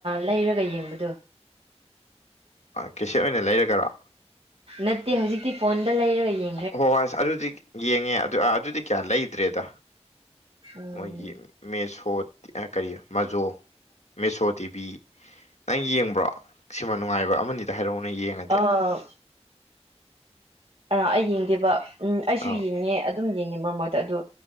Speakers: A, on the right (about 60°); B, on the left (about 80°).
A: ꯂꯩꯔꯒ ꯌꯦꯡꯕꯗꯣ
B: ꯀꯦꯁꯦꯠ ꯑꯣꯏꯅ ꯂꯩꯔꯒꯔꯣ
A: ꯅꯠꯇꯦ ꯍꯧꯖꯤꯛꯇꯤ ꯐꯣꯟꯗ ꯂꯩꯔꯒ ꯌꯦꯡꯉ
B: ꯍꯣꯏ ꯍꯣꯏ ꯑꯁ ꯑꯗꯨꯗꯤ ꯌꯦꯡꯉꯦ ꯑꯗꯨꯗꯤ ꯀꯌꯥ ꯂꯩꯗ꯭ꯔꯦꯗ
A: ꯎꯝ
B: ꯃꯣꯏꯒꯤ ꯃꯦꯁꯣ ꯀꯔꯤ ꯃꯖꯣ ꯃꯦꯁꯣ ꯇꯤꯚꯤ ꯅꯪ ꯌꯦꯡꯕ꯭ꯔꯣ ꯁꯤꯃ ꯅꯨꯡꯉꯥꯏꯕ ꯑꯃꯅꯤꯗ ꯍꯥꯏꯔꯛꯎ ꯅꯪ ꯌꯦꯡꯉꯗꯤ
A: ꯑ ꯑ ꯑꯩ ꯌꯦꯡꯗꯦꯕ ꯎꯝ ꯑꯩꯁꯨ
B: ꯑꯥ
A: ꯌꯦꯡꯉꯦ ꯑꯗꯨꯝ ꯌꯦꯡꯉꯦ ꯃꯔꯛ ꯃꯔꯗ ꯑꯗꯨ